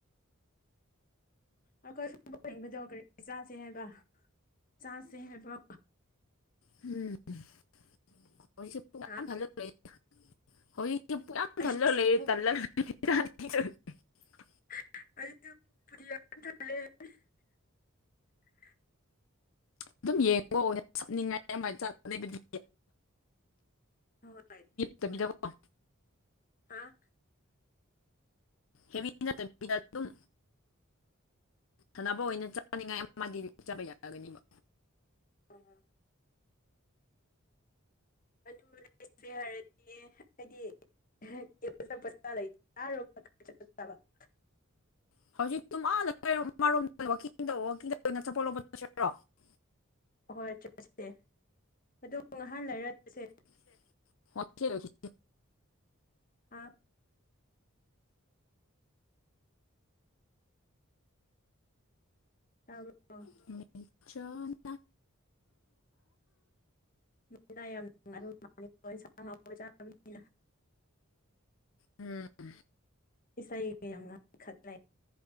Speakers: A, on the left; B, on the left.
A: ꯑꯩꯈꯣꯏ ꯍꯨꯠꯕꯣꯜ ꯌꯦꯡꯕꯗꯣ ꯀꯔꯤ ꯆꯥꯐꯝ ꯍꯥꯏꯕ ꯆꯥꯁꯦ ꯍꯥꯏꯕ꯭ꯔꯣ?
B: <unintelligible> <unintelligible>
A: ꯍꯥ
B: <unintelligible>
A: ꯑꯩꯁꯨ ꯄꯨꯛ <unintelligible>
B: ꯑꯗꯨꯝ ꯌꯦꯡꯉꯣ ꯁꯞꯅꯤꯡꯉꯥꯏ ꯑꯗꯨꯃꯥꯏ ꯂꯩꯕꯗꯤ
A: ꯍꯣꯏ
B: ꯇꯥꯕꯤꯗꯕꯤꯀꯣ꯫
A: ꯍꯥ
B: ꯍꯦꯕꯤꯗ ꯅꯠꯇꯕꯤꯗ ꯑꯗꯨꯝ, ꯁꯥꯟꯅꯕ ꯑꯣꯏꯅ ꯆꯥꯅꯤꯡꯉꯥꯏ ꯑꯃꯗꯤ ꯆꯥꯕ ꯌꯥꯔꯒꯅꯤꯕ꯫
A: <unintelligible> ꯑꯗꯨ ꯂꯩꯁꯦ ꯍꯥꯏꯔꯗꯤ ꯍꯥꯏꯗꯤ <unintelligible>
B: <unintelligible>
A: ꯑꯍꯣꯏ ꯆꯠꯁꯤꯁꯦ ꯑꯗꯨ ꯉꯍꯥꯚ ꯂꯩꯔ ꯆꯠꯁꯦ꯫
B: <unintelligible>
A: ꯍꯥꯥ ꯇꯥꯕ꯭ꯔꯣ?
B: <unintelligible>
A: ꯃꯨꯟꯗꯥ ꯌꯥꯝ ꯅꯨꯡꯉꯥꯏꯕ ꯃꯜꯂꯤꯗ ꯏꯟꯁꯥꯡ ꯑꯍꯥꯎꯕ ꯆꯕꯅꯤꯅ꯫
B: ꯎꯝ
A: ꯏꯁꯩ ꯌꯥꯝ ꯉꯡꯈꯠ ꯂꯦ꯫